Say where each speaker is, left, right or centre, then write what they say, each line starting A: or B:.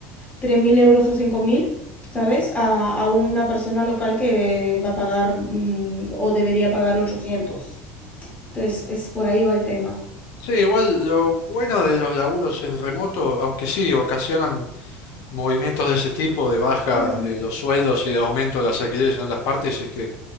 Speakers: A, on the left; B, on the left.
A: 3.000 euros o 5.000, ¿sabes? A, a una persona local que va a pagar mm, o debería pagar ochocientos, Entonces, es por ahí va el tema.
B: Sí, igual lo bueno de los laburos en remoto, aunque sí ocasionan movimientos de ese tipo, de baja
A: Mm.
B: de los sueldos y de aumento de las alquileres en otras partes, es que